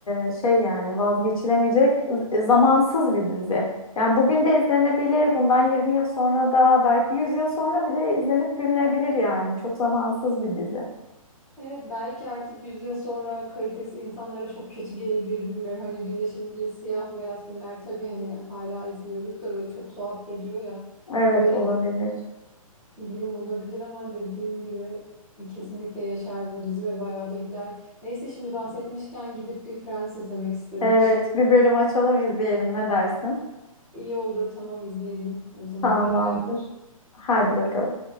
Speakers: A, on the left; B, in the centre.
A: e, şey yani vazgeçilemeyecek z- zamansız bir dizi. Yani bugün de izlenebilir. Bundan 20 yıl sonra da belki 100 yıl sonra bile izlenip gülünebilir yani. Çok zamansız bir dizi.
B: Evet belki artık 100 yıl sonra kalitesi insanlara çok kötü gelebilir bilmiyorum. Hani bize şimdi siyah beyaz filmler tabii hani hala izliyoruz da böyle çok tuhaf geliyor ya.
A: Evet
B: Öyle
A: olabilir.
B: durum olabilir ama dediğim gibi kesinlikle yaşar bu dizi ve bayağı da gider. Neyse şimdi bahsetmişken gidip bir Friends izlemek istedim.
A: Evet,
B: <laughs>
A: bir bölüm açalım izleyelim ne dersin?
B: İyi olur tamam izleyelim o zaman.
A: Tamamdır.
B: Ben
A: Hadi bakalım.